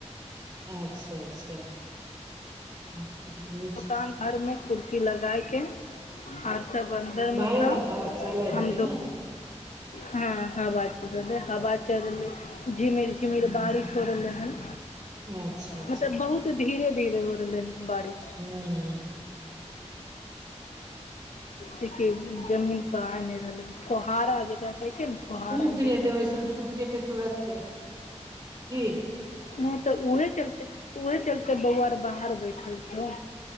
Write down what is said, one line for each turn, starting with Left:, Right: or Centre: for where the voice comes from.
Right: अच्छा अच्छा <unintelligible>
Left: दुकान भर में कुसी लगााक के आ सभ अन्दरमे
Right: बाहरे
Left: छौ
Right: तऽ हवा चलै
Left: हम
Right: हेतै
Left: दुक
Right: ने
Left: हँ हवा चल हवा चललै हवा चल रहलै झिमिर झिमिर
Right: हूं
Left: बारिश हो रहले हन
Right: अच्छा अच्छा
Left: मतलब बहुत धीरे धीरे हो रहले हन बारिश
Right: हू
Left: जेकि जमीन पर आने रहलै फोहारा जेकरा कहै छै ने फुहारा
Right: सुख
Left: गिर
Right: जेतै
Left: रहलै
Right: ओहिसन सुख जेतै तुरते की
Left: नहि तऽ उहे चलते उहे चलते बौआर बाहर बैठल छौ।